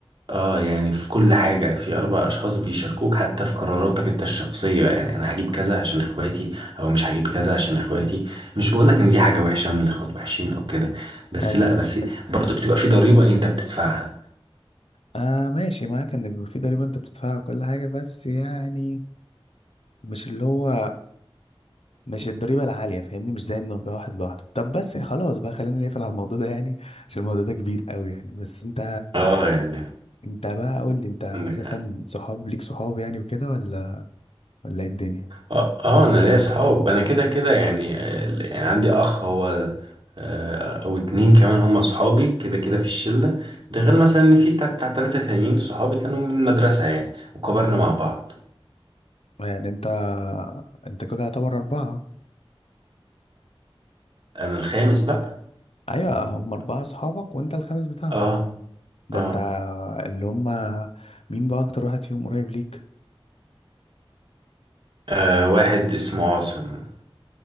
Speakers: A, on the right (about 50°); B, on the left (about 85°).
A: اه يعني في كل حاجه في اربع اشخاص بيشاركوك حتى في قراراتك انت الشخصيه يعني انا هجيب كذا عشان اخواتي او مش هجيب كذا عشان اخواتي مش بقولك ان دي حاجه وحشه ان الاخوات وحشين او كده بس
B: ايوه
A: لا
B: ايوه انا
A: بس
B: فاهم
A: برضو بتبقى في ضريبه انت بتدفعها
B: آه ماشي معاك ان بيبقى في ضريبه انت بتدفعها وكل حاجه بس يعني مش اللي هو مش الضريبه العاليه فاهمني مش زي انه يبقى واحد لوحده طب بس خلاص بقى خلينا نقفل على الموضوع ده يعني عشان الموضوع ده كبير قوي يعني بس انت
A: اه يعني
B: انت بقى قول لي انت اساسا
A: عندك حق
B: صحاب ليك صحاب يعني وكده ولا ولا ايه الدنيا
A: اه آه، انا ليا اصحاب انا كده كده يعني آه، يعني عندي اخ هو آه، او اتنين كمان هم اصحابي كده كده في الشله ده غير مثلا ان في بتاع بتاع تلاته تانيين صحابي كانوا من المدرسه يعني وكبرنا مع بعض
B: يعني انت انت كده يعتبر اربعه
A: انا الخامس بقى
B: ايوه
A: مهم.
B: هم اربعه صحابك وانت الخامس بتاعهم
A: اه
B: ده
A: اه
B: انت اللي هم مين بقى اكتر واحد فيهم قريب ليك
A: آه، واحد اسمه عاصم